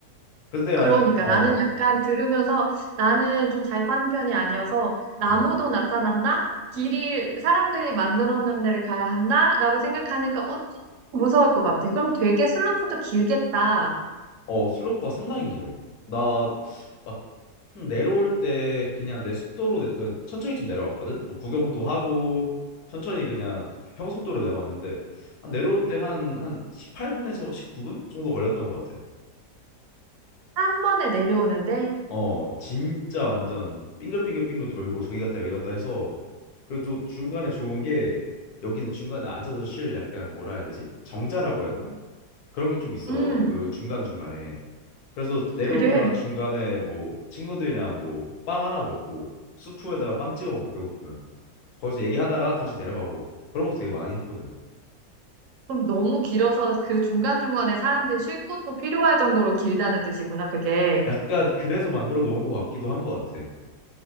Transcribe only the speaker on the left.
근데
아니, 어,
음,
어, 슬로프가 상당히 길어. 나 막 내려올 때 그냥 내 속도로 내- 그 천천히 좀 내려왔거든. 뭐 구경도 하고 천천히 그냥 평속도로 내려왔는데 한 내려올 때 한 한 18분에서 19분 정도 걸렸던 것 같아.
어, 진짜 완전 빙글빙글빙글 돌고 저기 갔다 여기 갔다 해서 그리고 또 중간에 좋은 게 여기는 중간에 앉아서 쉴 약간 뭐라 해야 되지? 정자라고 해야 되나? 그런 게 좀 있어.
그 중간중간에. 그래서 내려오다가
중간에 뭐 친구들이랑 뭐 빵 하나 먹고 수프에다가 빵 찍어 먹고 배고프면 거기서 얘기하다가 다시 내려가고 그런 것도 되게 많이 했거든.
약간 그래서 만들어 놓은 것 같기도 한 것 같아.